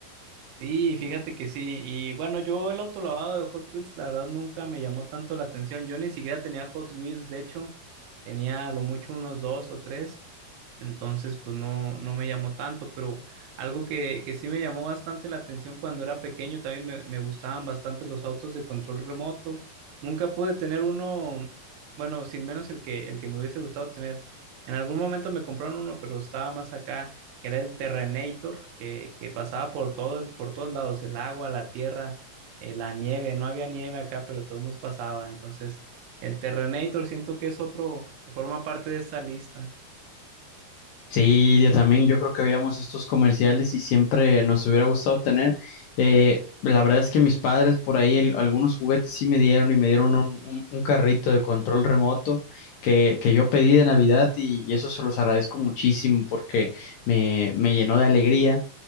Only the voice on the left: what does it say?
Sí, yo también, yo creo que veíamos estos comerciales y siempre nos hubiera gustado tener. Eh, la verdad es que mis padres por ahí el- algunos juguetes sí me dieron y me dieron un, un- un carrito de control remoto que, que yo pedí de Navidad y, y eso se los agradezco muchísimo porque me, me llenó de alegría.